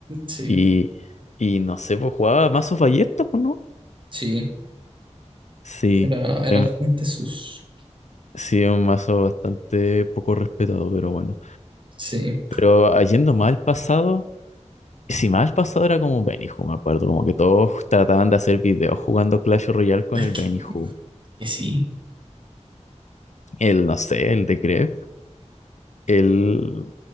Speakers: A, on the right; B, on the left.
A: Sí,
B: Y, y no sé, pues jugaba mazos ballesta, pues no.
A: sí,
B: Sí,
A: era, era
B: em,
A: bastante sus.
B: sí, es un mazo bastante poco respetado, pero bueno.
A: Sí,
B: Pero ah, yendo más al pasado, si más al pasado era como Benihú, me acuerdo, como que todos trataban de hacer videos jugando Clash Royale con
A: es
B: el
A: que,
B: Benihú.
A: que sí.
B: El, no sé, el de Grefg, el...